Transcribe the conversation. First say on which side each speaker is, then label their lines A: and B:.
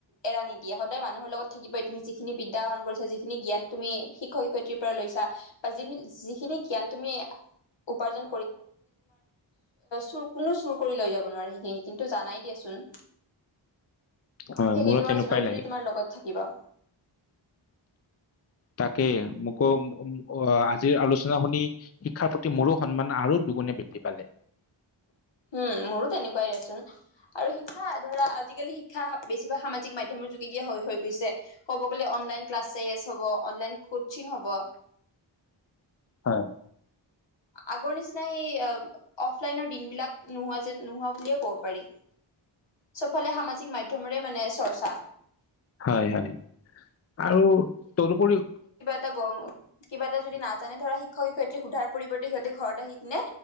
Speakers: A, on the left; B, on the left.
A: এৰা নিদিয়ে স মানুহৰ লগতাকই তুিখিনি উদাহৰণ কৰিছা যিখিনি জ্ঞান তুমি শিক্ষক শিক্ষয়িত্ৰ পৰা লৈছা বা যিিনি খিনি কিিয়ান তুমি উপাৰ্জন ত কোনো চুৰ কৰি লৈ যাব নোৱি কিন্তু জানাই দিয়াচোন
B: হয়
A: সেইখিন
B: মোৰো
A: তোমাৰ
B: তেনেকুৱাই
A: জীৱন জুৰি
B: লাগে
A: তোমাৰ লগত থাকে কিবা
B: তাকে মোকো আহ আজিৰ আলোচনা শুনি শিক্ষাৰ প্ৰতি মোৰো সন্মান আৰু দুগুণে বৃদ্ধি পালে
A: উম মোৰো তেনেকুৱাই দেচোন। আৰু শিক্ষা ধৰা আজিকালি শিক্ষা বেছিভাগ সামাজিক মাধ্য়মৰ যোগেদিয়ে হৈ হৈ গৈছে ক'ব গ'লে অনলাইন ক্লাছেছ হ'ব অনলাইন কচিং হ'ব
B: হয়
A: আগৰ নিচিনা সেই অফলাইনৰ দিন বিলাক নোহোৱা যেন নোহোৱা বুলিয়ে কব পাৰি চবফালে সামাজিক মাধ্্যমৰে মানে চৰ্চা
B: হয় হয় আৰু তদোপৰিও
A: ব কিবা এটা যদি নাজানে ধৰা শিক শিক্ষক শিক্ষয়িত্ৰী সোধাৰ পৰিৱৰ্তে সিহঁতে ঘৰত আহি কিনে